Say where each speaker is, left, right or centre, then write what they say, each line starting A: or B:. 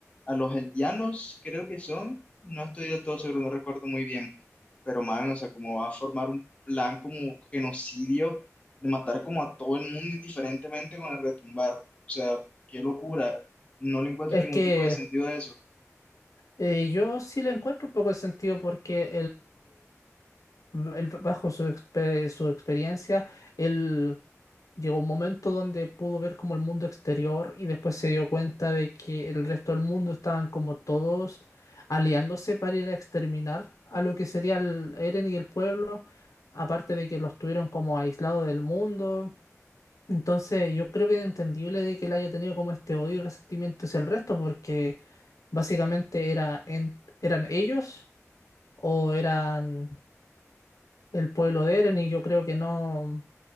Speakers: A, on the left; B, on the left.
A: a los eldianos, creo que son, no estoy del todo seguro, no recuerdo muy bien, pero man, o sea, como va a formar un plan como genocidio de matar como a todo el mundo indiferentemente con el retumbar. O sea, qué locura, no le encuentro
B: Es
A: ningún
B: que
A: tipo de sentido a eso.
B: eh, yo sí le encuentro un poco de sentido porque él, bajo su, expe- su experiencia, él llegó a un momento donde pudo ver como el mundo exterior y después se dio cuenta de que el resto del mundo estaban como todos aliándose para ir a exterminar a lo que sería el Eren y el pueblo, aparte de que los tuvieron como aislados del mundo. Entonces, yo creo que es entendible de que él haya tenido como este odio y resentimiento hacia el resto, porque básicamente era en- eran ellos o eran el pueblo de Eren y yo creo que no,